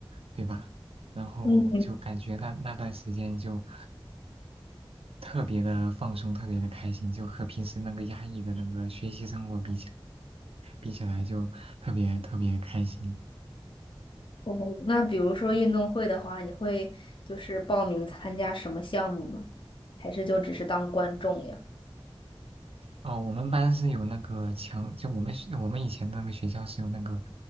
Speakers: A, on the right; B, on the left.
A: 对吧？然后就感觉那那段时间就
B: 嗯，
A: 特别的放松，特别的开心，就和平时那个压抑的那个学习生活比起来，比起来就特别特别开心。
B: 哦，那比如说运动会的话，你会就是报名参加什么项目吗？还是就只是当观众呀？
A: 哦，我们班是有那个强，就我们学我们以前那个学校是有那个